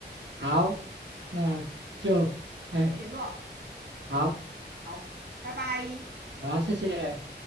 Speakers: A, on the right; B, on the right.
A: 好，那就哎
B: 再联络。
A: 好，
B: 好，拜拜。
A: 好，谢谢。